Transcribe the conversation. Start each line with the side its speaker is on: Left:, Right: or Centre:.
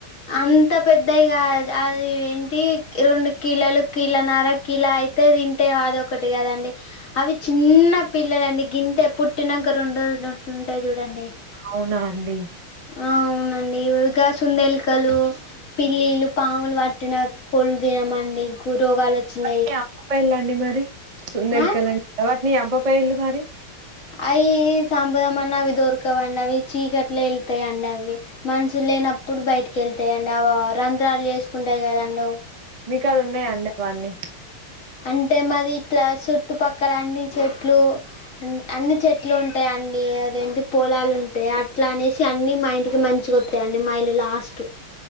Left: అంత పెద్దగా అది ఏంటి రెండు కిలలు కీళ నర కిలా అయితే తింటే అదొ ఒకటి కదండి అవి చిన్న పిల్లలండి గింతె పుట్టినంక రొండు దంట్లు ఉంటాయ్ చూడండి
Right: అవునా అండి
Left: ఆ అవునండి ఉగాసుందేలికలు పిల్లిళ్లు పాములు పట్టిన కొళ్ళు తినమండి రోగాలు వచ్చినాయి
Right: వాటిని అమ్మపోయిల్లండి మరి సుందేల్కళన్
Left: ఆ
Right: వాటిని చంప పొయిల్ళు మరి
Left: అయి సంపదాం అన్న అవి దొరకవండి అవి చీకట్లా ఎళ్తయండి అవ్వి మనుషుల్ లేనప్పుడు బయటికెళ్తాయండి అవ రంధ్రాలు చేసుకుంటాయి కదండవ్
Right: మీకాడ ఉన్నాయండి పాన్నీ
Left: అంటే మది ఇట్లా చుట్టుపక్కల అన్ని చెట్లు అన్ని చెట్లు ఉంటాయ అదేంటి పొలాలు ఉంటాయి అట్లా అనేసి అన్ని మా ఇంటికి మంచిగొస్తాయండి మా ఇల్లు లాస్ట్